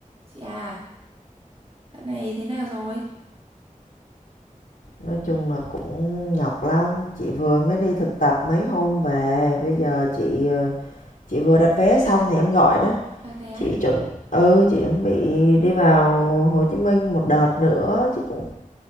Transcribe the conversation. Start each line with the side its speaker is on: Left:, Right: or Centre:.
Right: Chị à, dạo này thế nào rồi?
Left: Nói chung là cũng nhọc lắm, chị vừa mới đi thực tập mấy hôm về, bây giờ chị, ờ, chị vừa đặt vé xong thì em gọi đó.
Right: À thế á?
Left: Chị chuẩn ừ, chị chuẩn bị đi vào Hồ Chí Minh một đợt nữa chứ cũng